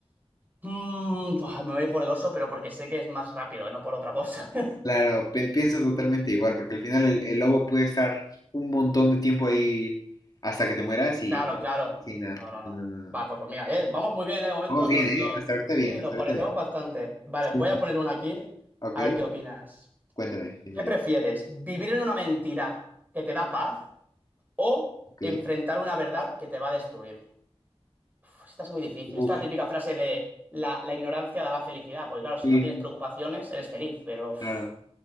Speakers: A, on the right; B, on the left.
A: Mm, buah, me voy por el oso, pero porque sé que es más rápido, ¿eh? No por otra cosa. <laughs>
B: Claro, pi- pienso totalmente igual, porque al final el, el lobo puede estar un montón de tiempo ahí hasta que te mueras y,
A: Claro, claro.
B: y nada.
A: No, no, no.
B: Mm,
A: Va, pues mira, eh, vamos muy bien, ¿eh? De momento
B: Vamos
A: nos
B: bien, ¿eh?
A: lo...
B: Hasta ahorita bien,
A: Sí, nos
B: hasta ahorita
A: parecemos
B: bien.
A: bastante. Vale,
B: Sí.
A: voy a
B: sí.
A: poner una aquí.
B: Ok,
A: A ver qué opinas.
B: cuéntame, dime,
A: ¿Qué
B: dime.
A: prefieres? ¿Vivir en una mentira que te da paz? o
B: Ok.
A: enfrentar una verdad que te va a destruir. Uf, esta es muy difícil.
B: Uf,
A: Esta es la típica frase de la, la ignorancia da la felicidad, porque claro, si
B: sí,
A: no tienes preocupaciones, eres feliz, pero uf,
B: claro.